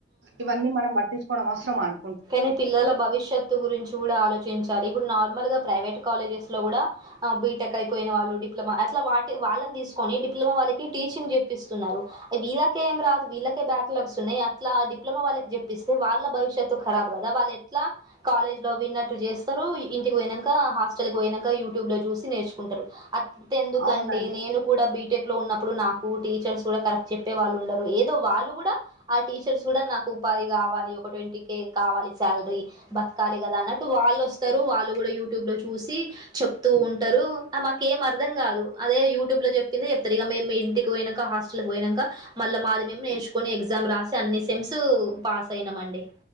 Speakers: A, on the right; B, on the right.
A: ఇవన్నీ మనం పట్టించుకోడం అవసరమా అం
B: కనీ పిల్లల భవిష్యత్తు గురించి కూడా ఆలోచించాలి ఇప్పుడు నార్మల్గా ప్రైవేట్ కాలేజెస్లో కూడా ఆ బీటెక్ అయిపోయిన వాళ్ళు డిప్లొమా అట్ల వాటి వాళ్ళన్ తీస్కోని డిప్లొమా వాళ్ళకి టీచింగ్ చెప్పిస్తున్నరు. వీళ్ళకే ఏం రాదు వీళ్ళకే బ్యాక్లాగ్స్ ఉన్నయి అట్లా ఆ డిప్లొమా వాళ్ళకి చెప్పిస్తే వాళ్ళ భవిష్యత్ త్తు కరాబ్ కదా వాళ్ళెట్లా కాలజ్లో విన్నట్టు చేస్తరు ఇంటి పోయినంక హాస్టల్కి పోయినంక యూట్యూబ్లో చూసి నేర్చుకుంటరు. అంతెందుకండి
A: అవునండి
B: నేను కూడా బీటెక్లో ఉన్నప్పుడు నాకు టీచర్స్ గుడా కరెక్ట్ చెప్ చెప్పే వాళ్లుండరు ఏదో వాళ్ళు గుడా ఆ టీచర్స్ కూడా నాకు ఉపాధి కావాలి ఒక ట్వంటీ కే కావాలి శాలరీ బతకాలి కదా అన్నట్టు వాళ్ళొస్తరు వాళ్ళు గుడా యూట్యూబ్లో చూసి చెప్ తూ ఉంటరు. ఆ మాకేం అర్థం గాదు అదే యూట్యూబ్లో చెప్పిందే చెప్తర్ ఇగ మేం మీ ఇంటికి పోయినంక హాస్టల్క్ పోయినంక మళ్ళ మాది మేం నేర్చుకొని ఎగ్జామ్ రాసి అన్ని సెమ్స్ పాస్ అయినమండి.